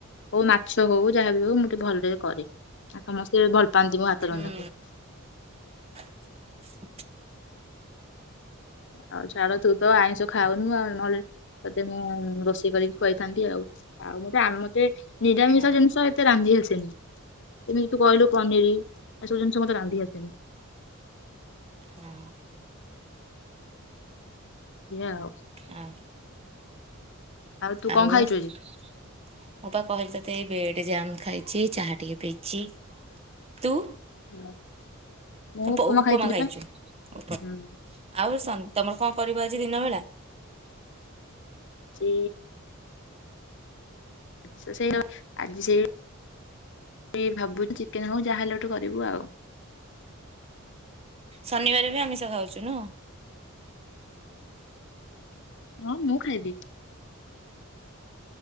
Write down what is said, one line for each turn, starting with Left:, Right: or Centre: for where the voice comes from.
Left: ହଉ ମାଛ ହଉ ଯାହାବି ହଉ ମୁଁ ଟିକେ ଭଲରେ କରେ ଆଉ ସମସ୍ତେ ଭଲ ପାଆନ୍ତି ମୋ ହାତ
Right: ହୁଁ
Left: ରନ୍ଧାକୁ
Right: <inaudible>
Left: ହଉ ଛାଡ ତୁ ତ ଆଇଁଷ ଖାଉନୁ ଆଉ ନହେଲେ ତତେ ମୁଁ-ମୁଁ-ମୁଁ ରୋଷେଇ କରିକି ଖୁଆଇଥାନ୍ତି ଆଉ ଆଉ ମତେ ମତେ ନିରାମିଷ
Right: ଆ
Left: ଜିନିଷ ଏତେ ରାନ୍ଧି ଆସେନି ଏମିତି ତୁ କହିଲୁ। ପନିର ଏସବୁ ଜିନିଷ ମତେ ରାନ୍ଧି ଆସେନି
Right: ହଁ
Left: ଏୟା ଆଉ।
Right: ଆ
Left: ତୁ କଣ
Right: ଆଉ
Left: ଖାଇଛୁ
Right: ମୁଁ
Left: ଆଜି?
Right: ପା କହିଲି ତ ମତେ ବେଡ ଜାମ୍ ଖାଇଛି ଚାହା ଟିକେ ପିଇଛି ତୁ
Left: ହୁଁ ମୁଁ
Right: ଉପ-
Left: ଉପମା ଖାଇଥିଲି
Right: ଖାଇଛୁ
Left: ପା ହୁଁ
Right: ଉପମା ଆଉ ସନ୍- ତମର କଣ କରିବ ଆଜି ଦିନ ବେଳା
Left: ଚି ଆଛା ସେଇ ଆଜି ସେଇ ଇ ଭାବୁଛି ଚିକେନ ହଉ ଯାହା ହେଲେ ଗୋଟେ କରିବୁ ଆଉ।
Right: ଶନିବାର ବି ଆମିଷ ଖାଉଛୁ ନୁହ।
Left: ହଁ ମୁଁ ଖାଇବି।